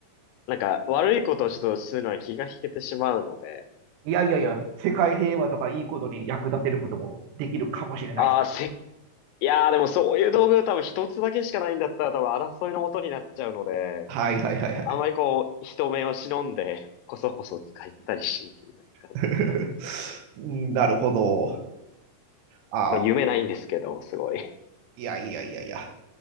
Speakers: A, on the left; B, on the right.
A: なんか悪いことをちょっとするのは気が引けてしまうので、
B: いやいやいや、世界平和とかいいことに役立てることもできるかもしれないですよ。
A: ああ、せ、いやー、でもそういう道具多分一つだけしかないんだったら多分争いの元になっちゃうので、
B: はいはいはいはい。
A: あんまりこう、人目を忍んで、こそこそ使ったりし、てるんですかね。
B: <laughs> うんなるほど。あ、
A: まあ夢ないんですけど、すごい。
B: いやいやいやいや。